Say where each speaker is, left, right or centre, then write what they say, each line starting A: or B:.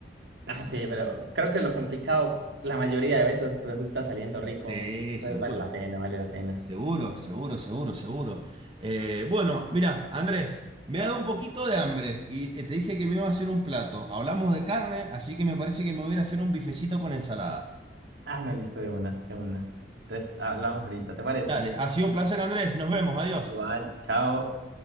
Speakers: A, on the right; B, on the right.
A: Ah, sí, pero creo que lo complicado la mayoría de veces resulta saliendo rico.
B: Sí,
A: Entonces
B: seguro.
A: vale la pena, vale la pena.
B: Seguro, seguro, seguro, seguro. Eh, bueno, mira, Andrés, me ha dado un poquito de hambre y eh, te dije que me iba a hacer un plato. Hablamos de carne, así que me parece que me voy a ir a hacer un bifecito con ensalada.
A: Ah, no, listo, de una, de una. Entonces hablamos ahorita, ¿te parece?
B: Dale, ha sido un placer, Andrés. Nos vemos, adiós.
A: Igual. Chao.